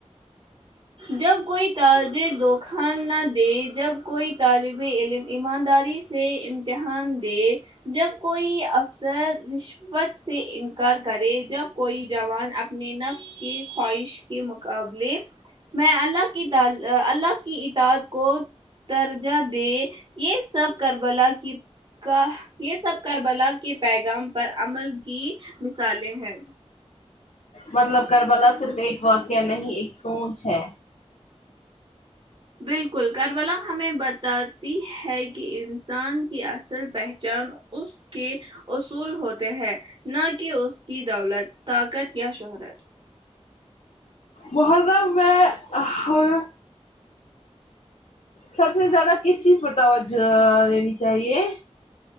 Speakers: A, on the right; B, on the left.
A: جب کوئی تاج دخان نہ دے جب کوئی طالب علم ایمانداری سے امتحان دے جب کوئی افسر رشوت سے انکار کرے جب کوئی جوان اپ نیے نفس کی خواہش کے مقاب بلے میں الله کی الله کی اتاد کو درجہ دے یے سب کربلا کی کا یے سب کربلا کے پیغام پر عمل کی مثالیں ہیں
B: مطلب کربلا صرف ایک واقعہ نہیں ایک سوچ ہے
A: بالکل کربلا ہمیں بتاتی ہے کی انسان کی اصل پہچان اس کے اصول ہوتے ہیں نہ کے اس کی دولت طاقت یا شہرت
B: محرم میں ا ہر سب سے زیادہ کس چیز پر توجہ دینی چاہیے